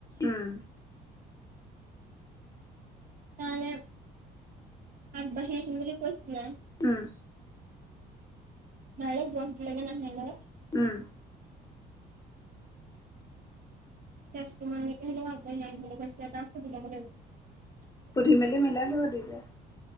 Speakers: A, on the left (about 20°); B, on the right (about 55°).
A: উম।
B: তাৰ মানে আগবাঢ়ি আহিম বুলি কৈছিলে।
A: উম।
B: ডাৰেক্ট গুৱাহাটীলেকে নাহে ন।
A: উম।
B: তেজপুৰৰ লৈকে হলেওঁ আহিম বুলি কৈছে, তাক সুধি লব লাগিব।
A: সুধি-মেলি মিলাই লোৱা দুইতাই।